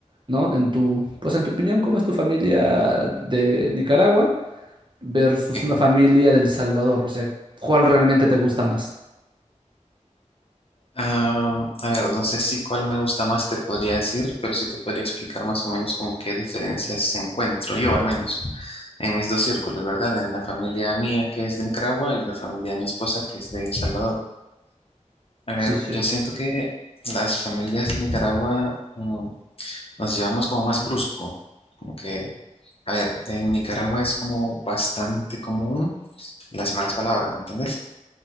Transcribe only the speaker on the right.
¿no? En tu, pues en tu opinión, ¿cómo es tu familia de Nicaragua versus
una familia del Salvador? O sea, ¿cuál realmente te gusta más?
Sí, sí.